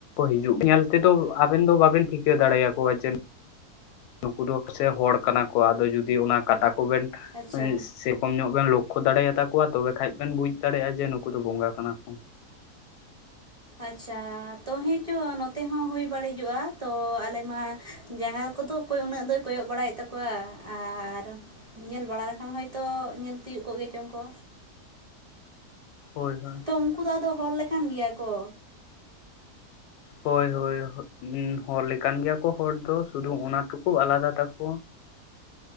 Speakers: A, on the left; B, on the right.
A: ᱦᱤᱡᱩᱜ ᱧᱮᱞ ᱛᱮᱫᱚ ᱟᱵᱮᱱ ᱫᱚ ᱵᱟᱵᱮᱱ ᱴᱷᱤᱠᱟᱹ ᱫᱟᱲᱮ ᱟᱠᱚᱣᱟ ᱡᱮ ᱱᱩᱠᱩ ᱫᱚ ᱥᱮ ᱦᱚᱲ ᱠᱟᱱᱟ ᱠᱚ ᱟᱫᱚ ᱡᱩᱫᱤ ᱚᱱᱟ ᱠᱟᱴᱟ ᱠᱚᱵᱮᱱ
B: ᱟᱪᱪᱷᱟ
A: ᱥᱮᱠᱚᱢ ᱧᱚᱜ ᱵᱮᱱ ᱞᱳ ᱞᱚᱠᱠᱷᱚ ᱫᱟᱲᱮᱭᱟ ᱛᱟᱠᱚᱣᱟ ᱛᱚᱵᱮ ᱠᱷᱟᱱ ᱵᱮᱱ ᱵᱩᱡᱽ ᱫᱟᱲᱮᱭᱟᱜᱼᱟ ᱡᱮ ᱱᱩᱠᱩ ᱫᱚ ᱵᱚᱸᱜᱟ ᱠᱟᱱᱟ ᱠᱚ᱾
B: ᱟᱪᱪᱷᱟ ᱛᱚ ᱦᱮᱸ ᱪᱚ ᱱᱚᱛᱮ ᱦᱚᱸ ᱦᱩᱭ ᱵᱟᱹᱲᱤᱡᱚᱜᱼᱟ ᱛᱚ ᱟᱞᱮ ᱢᱟ ᱡᱟᱸᱜᱟ ᱠᱚᱫᱚ ᱚᱠᱚᱭ ᱩᱱᱟᱹᱜ ᱫᱚᱭ ᱠᱚᱭᱚᱜ ᱵᱟᱲᱟᱭᱮᱫ ᱛᱟᱠᱚᱣᱟ ᱟᱨ ᱧᱮᱞ ᱵᱟᱲᱟ ᱞᱮᱠᱷᱟᱱ ᱦᱚᱭᱛᱳ ᱧᱮᱞ ᱛᱤᱭᱳᱜ ᱠᱚᱜᱮ ᱪᱚᱝ ᱠᱚ᱾
A: ᱦᱳᱭ ᱦᱳᱭ
B: ᱛᱚ ᱩᱱᱠᱩ ᱫᱚ ᱟᱫᱚ ᱦᱚᱲ ᱞᱮᱠᱟᱱ ᱜᱮᱭᱟ ᱠᱚ?
A: ᱦᱳᱭ ᱦᱳᱭ ᱦᱚᱲ ᱞᱮᱠᱟᱱ ᱜᱮᱭᱟ ᱠᱚ ᱦᱚᱲ ᱫᱚ ᱥᱩᱫᱷᱩ ᱚᱱᱟᱴᱩᱠᱩ ᱟᱞᱟᱫᱟ ᱛᱟᱠᱚ